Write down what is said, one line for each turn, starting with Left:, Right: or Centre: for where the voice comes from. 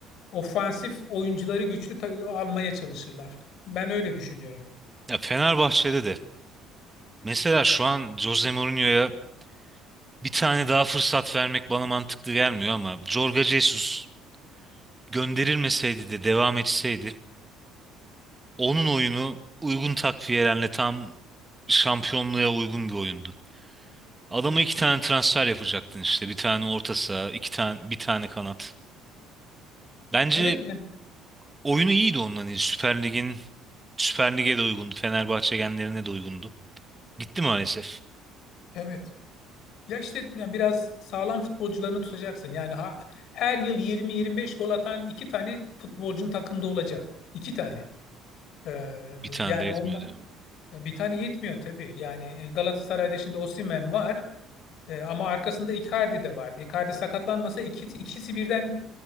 Left: ofansif oyuncuları güçlü ta- almaya çalışırlar. Ben öyle düşünüyorum.
Right: Ya Fenerbahçe'de de. Mesela şu an Jose Mourinho'ya bir tane daha fırsat vermek bana mantıklı gelmiyor ama Jorge Jesus gönderilmeseydi de devam etseydi onun oyunu uygun takviyelerle tam şampiyonluğa uygun bir oyundu. Adama iki tane transfer yapacaktın işte. Bir tane orta saha, iki tane, bir tane kanat. Bence
Left: Evet yani.
Right: oyunu iyiydi onların. Süper Lig'in Süper Lig'e de uygundu. Fenerbahçe genlerine de uygundu. Gitti maalesef.
Left: Evet. Ya işte yani biraz sağlam futbolcularını tutacaksın. Yani ha- her yıl 20-25 gol atan iki tane futbolcun takımda olacak. İki tane. Ee,
Right: Bir
Left: yani
Right: tane de yetmiyordu.
Left: onlar bir tane yetmiyor tabii. Yani Galatasaray'da şimdi Osimhen var Ee, ama arkasında Icardi de vardı. Icardi sakatlanmasa iki, ikisi birden